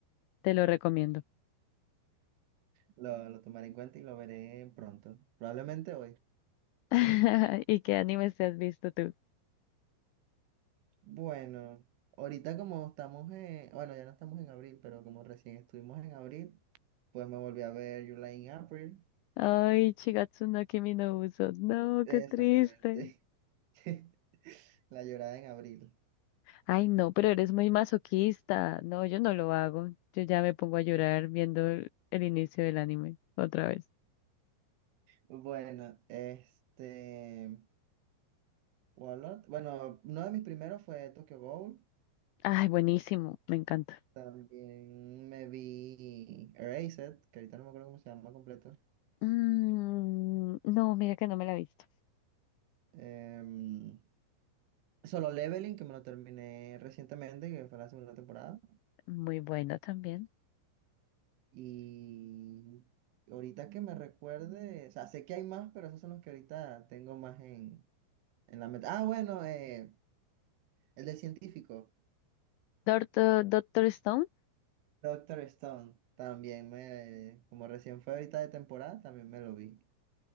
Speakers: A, on the left; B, on the right.
A: te lo recomiendo.
B: Lo, lo tomaré en cuenta y lo veré pronto. Probablemente hoy.
A: <laughs> ¿Y qué animes te has visto tú?
B: Bueno, ahorita como estamos en, bueno, ya no estamos en abril, pero como recién estuvimos en abril, pues me volví a ver You Lie in April.
A: Ay, Shigatsu no Kimi no Uso. No,
B: Exactamente.
A: qué triste.
B: <laughs> La llorada en abril.
A: Ay, no, pero eres muy masoquista. No, yo no lo hago. Yo ya me pongo a llorar viendo el, el inicio del anime otra vez.
B: Bueno, este, ¿cuál ot- Bueno, uno de mis primeros fue Tokyo Ghoul.
A: Ay, buenísimo, me encanta.
B: También me vi Erased, que ahorita no me acuerdo cómo se llama completo.
A: Mm, no, mira que no me la he visto.
B: Em, Solo Leveling, que me lo terminé recientemente, que fue la segunda temporada.
A: Muy bueno también.
B: Y ahorita que me recuerde, o sea, sé que hay más, pero esos son los que ahorita tengo más en, en la meta. Ah, bueno, eh, el de científico.
A: Doctor, Doctor Stone.
B: Doctor Stone, también me, como recién fue ahorita de temporada, también me lo vi.